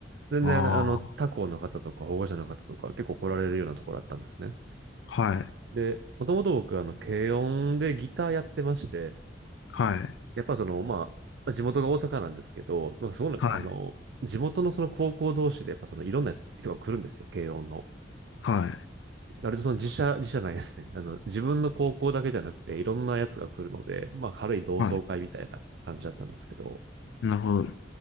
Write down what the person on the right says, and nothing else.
全然あの他校の方とか保護者の方とか結構来られるようなところだったんですね。
で、もともと僕あの軽音でギターやってまして、
やっぱそのまあ、まあ地元が大阪なんですけど、まあ、そこのあの地元のその高校同士でやっぱそのいろんな人が来るんですよ、
軽音の。
割とその自社、自社ないですね。あの、自分の高校だけじゃなくて、いろんなやつが来るので、まあ軽い同窓会みたいな感じだったんですけど、